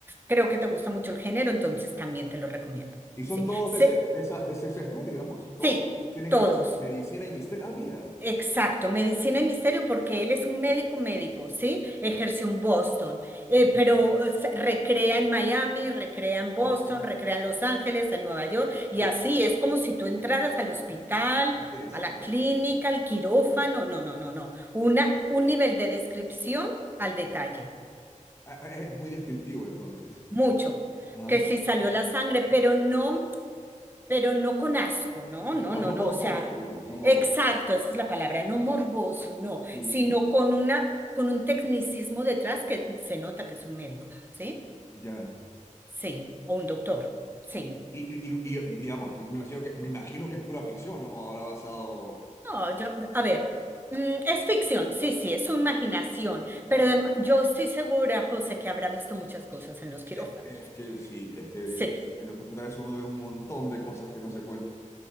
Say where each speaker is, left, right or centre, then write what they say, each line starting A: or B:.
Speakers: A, on the right; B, on the left.
A: creo que te gusta mucho el género, entonces también te los recomiendo.
B: Y son
A: Sí.
B: todos
A: Sí,
B: de ese, de esa, de ese sesgo, digamos. Todos
A: sí,
B: tienen
A: todos.
B: que ver con medicina y misterio. Ah, mira.
A: Exacto, medicina y misterio, porque él es un médico médico, ¿sí? Ejerció
B: Sí.
A: en Boston, eh,
B: Ah,
A: pero eh, se- recrea en Miami, recrea en Boston,
B: ah,
A: recrea en Los Ángeles, en Nueva York, y
B: sí.
A: así es como si tú entraras al hospital,
B: Interesante.
A: a la clínica, al quirófano, no, no, no, no. Una, un nivel de descripción al detalle.
B: Ah, ah, es muy descriptivo, entonces.
A: mucho,
B: Ah,
A: que sí salió la sangre, pero no, pero no con asco, no, no,
B: claro,
A: no,
B: no
A: no,
B: morboso,
A: o sea,
B: digamos, no morboso.
A: exacto, esa es la palabra, no morboso, no,
B: Sí.
A: sino con una, con un tecnicismo detrás que se nota que es un médico, ¿sí?
B: Ya.
A: Sí, o un doctor, sí.
B: Y, y, y- y- y, digamos, me imagino que, me imagino que es pura ficción, ¿no? O habrá basado.
A: No, yo-
B: cosas-
A: a ver, mm, es ficción, sí, sí, es su imaginación, pero
B: algo.
A: adem- yo estoy segura, José, que habrá visto muchas cosas en los quirófanos.
B: Eh, Es que sí, es que
A: Sí.
B: en los hospitales uno ve un montón de cosas que no se cuentan.